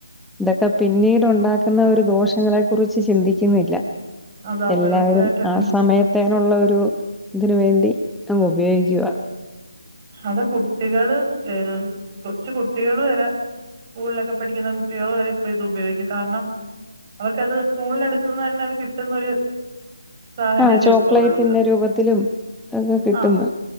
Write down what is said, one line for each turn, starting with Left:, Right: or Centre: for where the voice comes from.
Centre: ഇതൊക്കെ പിന്നീട്ണ്ടാക്കുന്ന ഒരു ദോഷങ്ങളെ കുറിച്ച് ചിന്തിക്കുന്നില്ല.
Right: അതാ
Centre: എല്ലാരും
Right: തീർച്ചയായിട്ടും
Centre: ആ
Right: ഉം.
Centre: സമയത്തേനുള്ള ഒരു ഒരു ഇതിന് വേണ്ടി അങ്ങ് ഉപയോഗിക്കുക.
Right: അത് കുട്ടികള് ഏ കൊച്ചു കുട്ടികള് വരെ സ്കൂളിലൊക്കെ പഠിക്കുന്ന കുട്ടികൾ വരെ ഇപ്പ ഇത് ഉപയോഗിക്കും കാരണം അവർക്കത് സ്കൂളിനടുത്തുന്ന് തന്നെ അത് കിട്ടുന്നൊരു സാഹചര്യാ
Centre: ആഹ് ചോക്ലേറ്റിന്റെ
Right: ഇപ്പൊ ഉള്ളത്
Centre: രൂപത്തിലും ഒക്കെ കിട്ടുന്ന്
Right: ആഹ